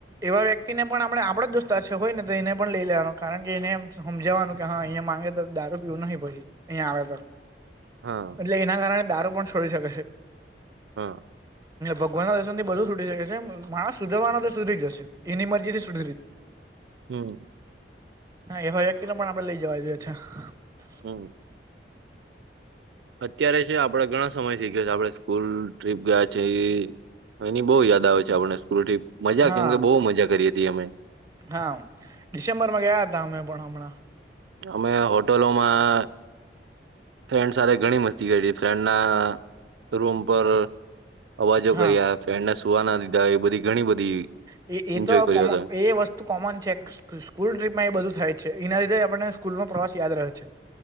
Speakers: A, on the right; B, on the right.
A: એવા વ્યક્તિ ને પણ આપડણે આપડ જ દોસ્તા છે હોય ને તો એને પણ લઈ લેવાનો કારણ કે એને સમજવાનું કે હા અહિયાયા માંગે તો દારૂ પીવું નહી પછી અહીયાયા આવે તો
B: હા
A: એટલે એના કારણે દારૂ પણ છોડી શકે છે.
B: હા
A: ભગવાન ના દર્શન થી બધું છૂટી શકે છે માણસ સુધવાના સુધરી જશે એની મ સુ
B: હમ
A: એવા વ્યક્તિ ન પણ આપડે લઈ જવા જોઈએ છે. <inaudible>
B: હમ અત્યારે છે આપડે ઘણા સમયથી આપણે સ્કૂલ ટ્રીપ ગયા છે. એની બહુ યાદ આવે છે આપણે સ્કૂતિ મજા
A: હા
B: કેમ કે બહુ મજા કરી હતી અમે.
A: હા, ડિસેમ્બરમાં ગયા હતા અમે પણ હમણાં.
B: અમે હોટલોમાં ફ્રેન્ડ સાથે ઘણી મસ્તી કરી ફ્રેન્ડના રૂમ પર અવાજો
A: હા
B: કર્યા. ફ્રેન્ડને સુવા ના દીધા એ બધી ઘણી બધી
A: એ એ
B: એન્જોય
A: તો
B: કર્યો
A: કોમ
B: હતો
A: એ વસ્ તુ કોમન છે સ્કૂલ ટ્રીપમાં એ બધું થાય છે એના લીધે આપણને સ્કૂલ નો પ્રવાસ યાદ રહે છે.